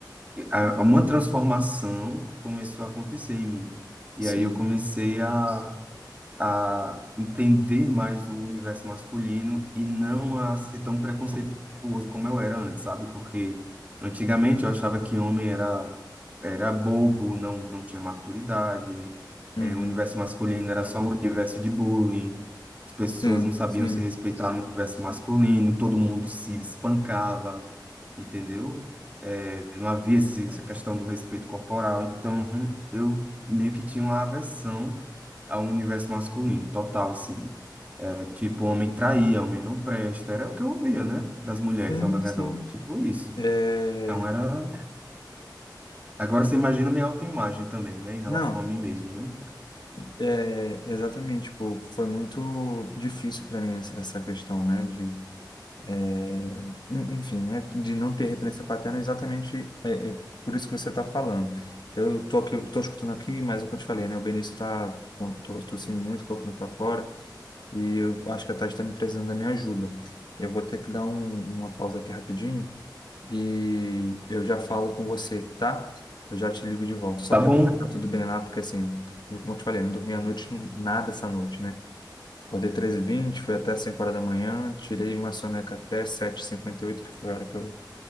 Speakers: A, on the right; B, on the left.
A: a- uma transformação começou a acontecer em mim. E
B: Sim.
A: aí eu comecei a, a entender mais o universo masculino e não a ser tão preconceituoso como eu era antes, sabe? Porque antigamente eu achava que homem era era bobo, não não tinha maturidade,
B: Uhum.
A: é, o universo masculino era só um universo de bullying, as pessoas
B: Sim,
A: não sabiam
B: sim,
A: se respeitar no universo masculino, todo mundo se espancava, entendeu? É, não havia esse- essa questão do respeito corporal, então eu meio que tinha uma aversão ao universo masculino, total, assim. É tipo, homem traía, homem não presta. Era o que eu ouvia, né? Das mulheres
B: sim,
A: ao meu redor.
B: sim.
A: Tipo isso.
B: É,
A: Então era. Agora você imagina minha autoimagem também, né? Em relação
B: não,
A: a mim mesmo, né?
B: é, exatamente, tipo, foi muito difícil para mim essa essa questão, né, de, é, en- enfim, né, de não ter referência paterna, exatamente é, é por isso que você está falando. Eu tô aqui, eu tô escutando aqui, mas é o que eu te falei, né, o Benício tá com- tô, tossindo muito, colocando para fora, e eu acho que a Tati está me precisando da minha ajuda. Eu vou ter que dar um- uma pausa aqui rapidinho e eu já falo com você, tá? Eu já te ligo de volta, só
A: Tá
B: para
A: bom,
B: tá tudo bem lá, porque assim, eu- como eu te falei, não dormi a noite nada essa noite, né? Acordei 13 e vinte, fui até 5 horas da manhã, tirei uma soneca até sete e cinquenta e oito, que foi a hora que eu